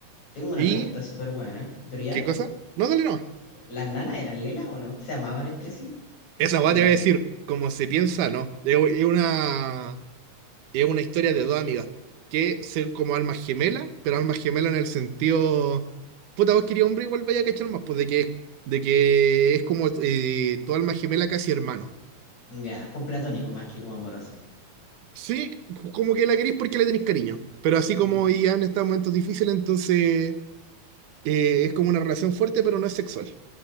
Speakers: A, on the left; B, on the right.
A: Tengo una
B: ¿Y
A: pregunta súper buena, pero ya,
B: qué cosa? No, dale no.
A: ¿las nanas eran lelas o no? ¿Se amaban entre sí?
B: Esa
A: ¿O
B: weá te
A: eran
B: voy a decir, como se piensa, no. Es es una es una historia de dos amigas que son como almas gemelas, pero almas gemelas en el sentido, puta, vos querías hombre, igual vaya a cachar más, pues de que, de que es como eh, tu alma gemela casi hermano.
A: ya con platónico más que como amoroso?
B: Sí, como que la querís porque le tenéis cariño, pero así como
A: Un
B: ya han estado en momentos difíciles, entonces eh, es como una relación fuerte, pero no es sexual.